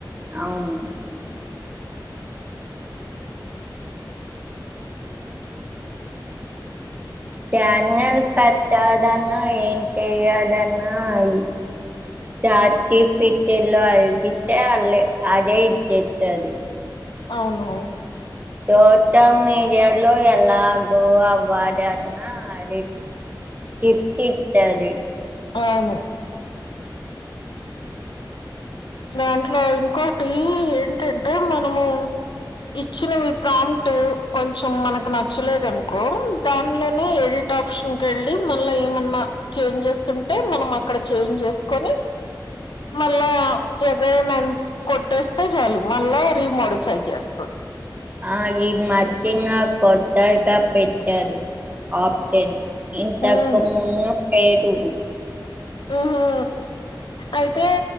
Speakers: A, on the right (about 20°); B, on the left (about 80°).
A: అవును ప్యానల్ పట్టాదన్న ఎయిన్ట్యదన్నయి జాతి పెట్టెలో అయిగితే ఆళ్ళె అదే ఇది
B: అవును
A: సోషల్ మీడియాలో ఎలాగో అవ్వదన్న అడిట్ గిప్ట్ ఇత్తది
B: అవును దాంట్లో ఇంకోటి ఏంటంటే మనము ఇచ్చినవి ప్రామ్ట్ కొంచం మనకు నచ్చలేదు అనుకో దానిలోనే ఎడిట్ ట్ ఆప్షన్ వెళ్ళి మళ్ళ ఏమన్నా చేంజెస్ ఉంటే మనం అక్కడ చేంజ్ చేసుకొని మళ్ళా ఎగర నన్ కొట్టేస్తే చాలు మళ్ళా రీమోడిఫై చేస్తుంది
A: ఆ ఇది మర్షింగ్ కొత్తగా పెట్టారు ఆప్షన్ ఇంతకు
B: ఉమ్.
A: ముందు లేదు
B: ఉహు అయితే